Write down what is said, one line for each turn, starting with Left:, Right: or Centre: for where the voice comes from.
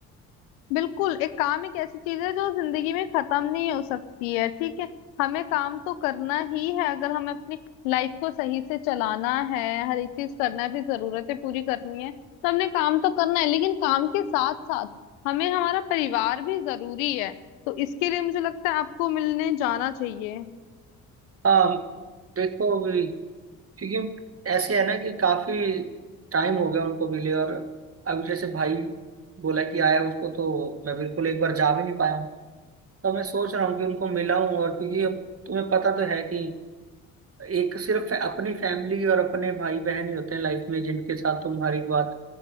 Left: बिल्कुल एक काम एक ऐसी चीज है जो जिंदगी में खत्म नहीं हो सकती है ठीक है हमें काम तो करना ही है अगर हमें अपनी लाइफ को सही से चलाना है हर एक चीज करना है अपनी जरूरतें पूरी करनी है तो हमने काम तो करना है लेकिन काम के साथ साथ हमें हमारा परिवार भी जरूरी है तो इसके लिए मुझे लगता है आपको मिलने जाना चाहिए
Right: हाँ देखो अभी क्योंकि ऐसे है ना कि काफी टाइम हो गया उनको मिले और अभी जैसे भाई बोला कि आया उसको तो मैं बिल्कुल एक बार जा भी नहीं पाया हूँ तो मैं सोच रहा हूँ कि उनको मिलाऊं और क्योंकि अब तुम्हें पता तो है कि एक सिर्फ अपनी फैमिली और अपने भाई बहन ही होते हैं लाइफ में जिनके साथ तुम हर एक बात